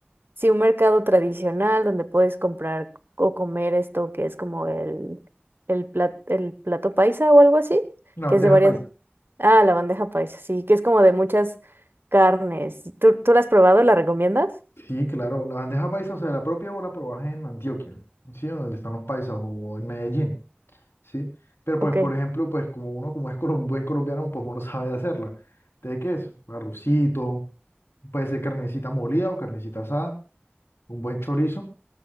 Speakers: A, on the right; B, on the left.
A: sí, un mercado tradicional donde puedes comprar o comer esto que es como el, el, plat- el plato paisa o algo así,
B: La bandeja
A: que es de varias,
B: paisa.
A: ah, la bandeja paisa, sí, que es como de muchas carnes. ¿Tú, tú la has probado? ¿La recomiendas?
B: Sí, claro, la bandeja paisa, o sea, la propia o la probás en Antioquia, ¿sí? Donde están los paisas o en Medellín, ¿sí? Pero pues,
A: Ok.
B: por ejemplo, pues como uno, como es colom- buen colombiano, pues uno sabe hacerla. ¿De qué es? Arrocito, puede ser carnecita molida o carnecita asada, un buen chorizo,